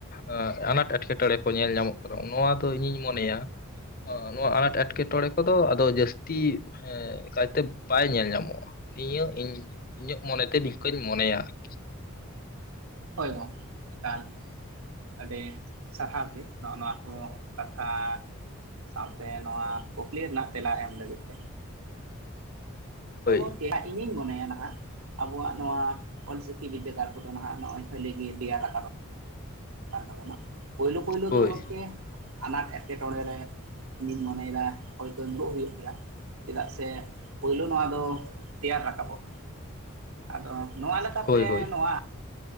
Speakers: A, on the left; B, on the right.
A: ᱟᱸ ᱟᱱᱟᱴ ᱮᱴᱠᱮᱴᱚᱬᱮ᱾ ᱠᱚ ᱧᱮᱞ ᱧᱟᱢᱚᱜ ᱠᱟᱱᱟ᱾ ᱱᱚᱣᱟ ᱫᱚ ᱤᱧᱤᱧ ᱢᱚᱱᱮᱭᱟ ᱱᱚᱣᱟ ᱟᱱᱟᱴ ᱮᱴᱠᱮᱴᱚᱬᱮ ᱠᱚᱫᱚ ᱟᱫᱚ ᱡᱟᱹᱥᱛᱤ ᱦᱮᱸ ᱠᱟᱭᱛᱮ ᱵᱟᱭ ᱧᱮᱞ ᱧᱟᱢᱚᱜ-ᱟ᱾ ᱱᱤᱭᱟᱹ ᱤᱧ ᱤᱧᱟᱹᱜ ᱢᱚᱱᱮᱛᱮ ᱱᱤᱝᱠᱟᱹᱧ ᱢᱚᱱᱮᱭᱟ ᱟᱨᱠᱤ᱾
B: ᱦᱳᱭ ᱜᱚᱢᱠᱮ ᱮᱠᱟᱞ᱾ ᱟᱹᱰᱤ ᱥᱟᱨᱦᱟᱣ ᱜᱮ ᱱᱚᱜ-ᱚ ᱱᱚᱣᱟ ᱠᱚ ᱠᱟᱛᱷᱟ ᱥᱟᱶᱛᱮ ᱱᱚᱣᱟ ᱠᱩᱠᱞᱤ ᱨᱮᱱᱟᱜ ᱛᱮᱞᱟ ᱮᱢ ᱞᱟᱹᱜᱤᱫ ᱛᱮ᱾
A: ᱦᱳᱭ
B: ᱜᱚᱢᱠᱮ ᱤᱧᱤᱧ ᱢᱚᱱᱮᱭᱟ ᱱᱟᱦᱟᱜ ᱟᱵᱚᱣᱟᱜ ᱱᱚᱣᱟ ᱚᱞᱪᱤᱠᱤ ᱵᱤᱫᱽᱫᱟᱹᱜᱟᱲ ᱠᱚᱫᱚ ᱱᱟᱦᱟᱜ ᱱᱚᱜ-ᱚᱭ ᱦᱟᱹᱞᱤ ᱜᱮ ᱛᱮᱭᱟᱨ ᱨᱟᱠᱟᱵ᱾ ᱠᱟᱱ ᱛᱟᱵᱚᱱᱟ᱾ ᱯᱳᱭᱞᱳ ᱯᱳᱭᱞᱳ
A: ᱦᱳᱭ
B: ᱫᱚ ᱜᱚᱝᱠᱮ ᱟᱱᱟᱴ ᱮᱴᱠᱮᱴᱚᱬᱮ ᱨᱮ ᱤᱧᱤᱧ ᱢᱚᱱᱮᱭᱮᱫᱟ ᱦᱳᱭᱛᱚ ᱧᱩᱨᱩᱜ ᱦᱩᱭᱩᱜ ᱜᱮᱭᱟ᱾ ᱪᱮᱫᱟᱜ ᱥᱮ ᱯᱳᱭᱞᱳ ᱱᱚᱣᱟ ᱫᱚ ᱛᱮᱭᱟᱨ ᱨᱟᱠᱟᱵᱚᱜ ᱟᱫᱚ ᱱᱚᱣᱟ ᱞᱮᱠᱟᱛᱮ
A: ᱦᱳᱭ ᱦᱳᱭ
B: ᱱᱚᱣᱟ